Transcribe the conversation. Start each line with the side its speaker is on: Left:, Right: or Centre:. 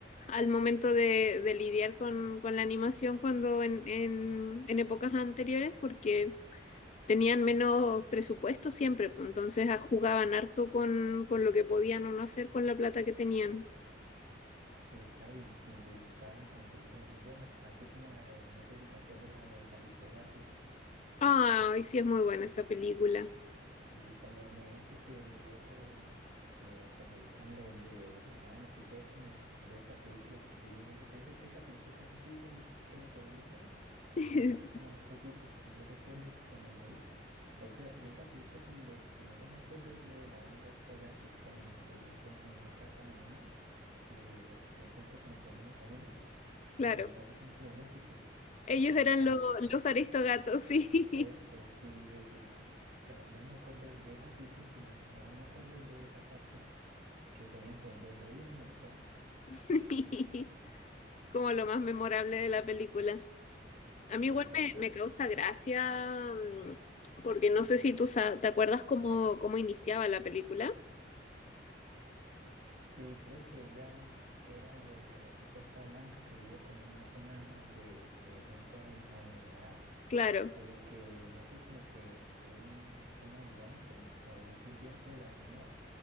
Left: al momento de, de lidiar con, con la animación cuando en, en, en épocas anteriores, porque tenían menos presupuesto siempre, pues, entonces ah, jugaban harto con, con lo que podían o no hacer con la plata que tenían.
Right: Sí, claro, y, y resultaban con películas muy buenas, así como la de, no sé si te acuerdas, la de Aristogatos.
Left: Ay, sí es muy buena esa película.
Right: Sí, cuando me dijiste que lo de eso de, de que te gustan los de romance y todo esto, me acordé de esta película porque yo dije, "Es- es- esa película es antigua, es creo que de Disney,
Left: <laughs>
Right: y es como este tipo, que yo recuerdo que cuando la vi, o sea, de esa película lo que mejor me acuerdo es lo de la banda esta de gatos, cuando ellos se quedan como en una casa abandonada, que se encuentra como con unos amigos,
Left: Claro.
Right: y los gatos son como músicos.
Left: Ellos eran
Right: Aristo,
Left: lo- los aristogatos, sí.
Right: eso, sí, esos La verdad me acuerdo de de esa película que mejor, mejor me acuerdo es de esa parte, que tenían como un buen ritmo y todo.
Left: <laughs> como lo más memorable de la película. A
Right: Sí,
Left: mí igual
Right: tal
Left: me,
Right: cual.
Left: me causa gracia, mm, porque no sé si tú sa- te acuerdas cómo, cómo iniciaba la película.
Right: Sí, creo que ella era lo de la gatica esta blanca que vivía como en una zona de, de gente ahi- adinerada,
Left: Claro,
Right: pero que no sé, como que un, un ayudante o un sirviente de la señora,